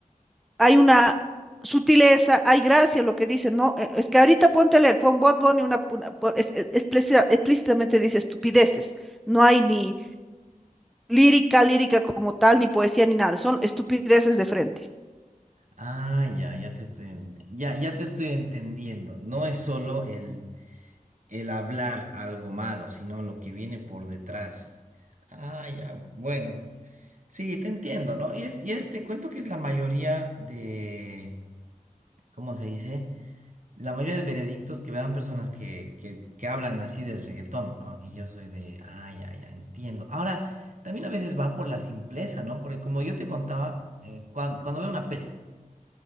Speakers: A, in the centre; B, on the right.
A: hay una sutileza, hay gracia en lo que dice, ¿no? Eh, Es que ahorita ponte a leer, pon Bad Bunny una, una- pon- es- es- explícita- explícitamente dice estupideces, no hay ni lírica, lírica como tal, ni poesía, ni nada. Son estupideces de frente.
B: Ah, ya, ya te estoy, en- ya, ya te estoy entendiendo. No es solo el, el hablar algo malo, sino lo que viene por detrás. Ah, ya, bueno. Sí, te entiendo, ¿no? Y es, y es, te cuento que es la mayoría de, ¿cómo se dice? La mayoría de veredictos que me dan personas que, que, que hablan así del reggaetón, ¿no? Y yo soy de, ah, ya, ya, entiendo. Ahora, también a veces va por la simpleza, ¿no? Porque como yo te contaba, eh, cuan- cuando veo una peli.